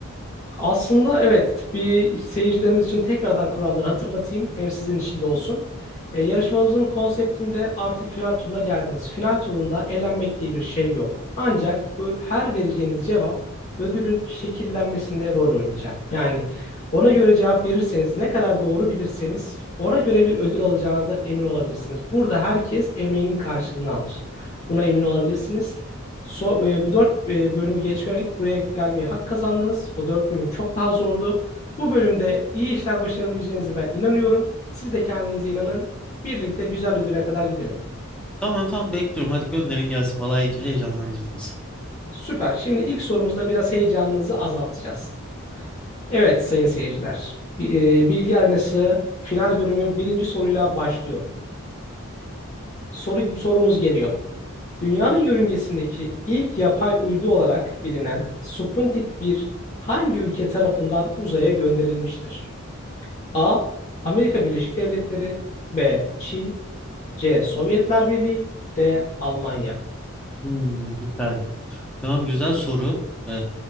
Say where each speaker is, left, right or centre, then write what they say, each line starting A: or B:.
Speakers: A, on the left (about 35°); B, in the centre.
A: Aslında evet bir seyircilerimiz için tekrardan kuralları hatırlatayım. Hem sizin için de olsun. E, yarışmamızın konseptinde artık final turuna geldiniz. Final turunda elenmek diye bir şey yok. Ancak bu her vereceğiniz cevap ödülün şekillenmesinde rol oynayacak. Yani ona göre cevap verirseniz ne kadar doğru bilirseniz ona göre bir ödül alacağınızdan emin olabilirsiniz. Burada herkes emeğinin karşılığını alır. Buna emin olabilirsiniz. So, e, bu dört e, bölümü geçerek buraya gelmeye hak kazandınız. O dört bölüm çok daha zordu. Bu bölümde iyi işler başarabileceğinize ben inanıyorum. Siz de kendinize inanın. Birlikte güzel ödüle kadar gidelim.
B: Tamam tamam bekliyorum. Hadi gönderin gelsin. Vallahi heye- heyecanlandırdınız.
A: Süper. Şimdi ilk sorumuzda biraz heyecanınızı azaltacağız. Evet sayın seyirciler. Bi- e, Bilgi Arenası final bölümü birinci soruyla başlıyor. Soru, sorumuz geliyor. Dünyanın yörüngesindeki ilk yapay uydu olarak bilinen Sputnik bir hangi ülke tarafından uzaya gönderilmiştir? A. Amerika Birleşik Devletleri B. Çin C. Sovyetler Birliği D. Almanya
B: Hmm, bir saniye. Tamam güzel soru. Ee,